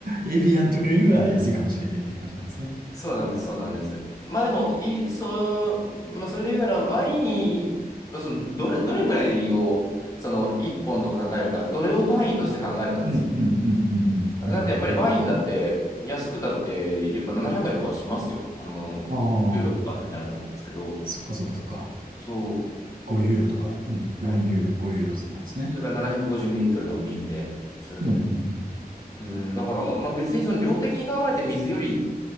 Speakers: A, on the right (about 60°); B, on the left (about 20°).
A: エビアンとかよりは安いかもしれないっていう感じなんですね。
B: そうなんです、そうなんです。まあでも、いい、そう、まあそれで言うなら、ワイン、まあその、どれ、どれぐらいを、その、1本と考えるか、どれを単位として考えるかですよ。
A: うん、うん、うん、うん、うん。
B: だってやっぱりワインだって、
A: なるほど。
B: 安くだって、やっぱ700円とかしますよ。あの、
A: ああ、
B: まあ、ユーロとかになると思うんですけど、
A: そっかそっかそっか。
B: そう。
A: 5ユーロとか、うん、4ユーロ、
B: はい
A: 5ユーロなんですね。
B: それから750ミリリットルの瓶でするので。
A: うん、うん、うん。
B: うん、だから、まあ別にその量的に考えて水より